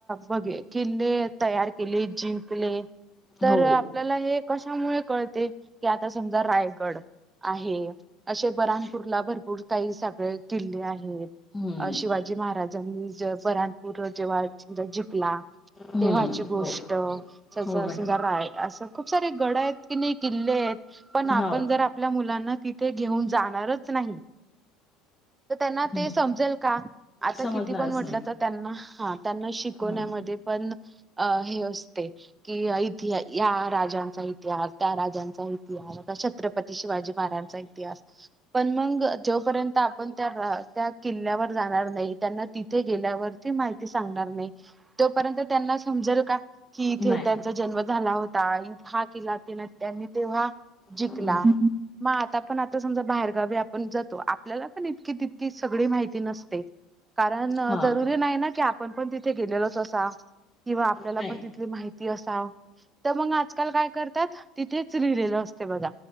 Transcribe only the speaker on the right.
बगी किल्ले तयार केली जिंकले तर
आपल्याला हे कशामुळे कळते की आता समजा रायगड आहे असे बराणपूरला भर पूर काही <unintelligible> किल्ले आहेत.
अ शिवाजी महाराजांनी ज बराणपूर <unintelligible> जिकला
तेव्हा ची गोष्ट
<unintelligible>
रा असं खूप सारे गड आहेत किनय किल्ले आहेत. पण आपण
जर आपल्या मुलांना तिथे घेऊन जाणारच नाही. त त्यांना
ते समजेल का? आता
किती पण म्हटलं
तर त्यांना हा त्यांना शिकवण्यामध्ये
पण अ हे असते कि इतिहा, या राजांचा इतिहास, त्या राजांचा इतिहास छत्रपती शिवाजी महाराजांचा इतिहास, पण मंग जो पर्यंत त्या आपण त्या रा त्या किल् किल्ल्यावर जाणार नाही, त्यांना तिथं गेल्या वर ती माहिती सांगणार नाही तोपर्यंत त्यांना समजल का? कि इथे
त्यांचा जन्म झाला होता इत हा किल्ला तिन त्यांनी तेव्हा जीकला,
म आता पण आता सम समजा बाहेरगावी आपण जातो, आपल्याला पण इतकी तितकी सगळी माहिती नसते. कारण
जरुरी नाही ना की आपण पण तिथे गेलेलोच असा किंवा आपल्याला
पण तिथली माहिती असा, त मंग आजकाल काय करतात, तिथेच लिहिलेलं अस असते बघा,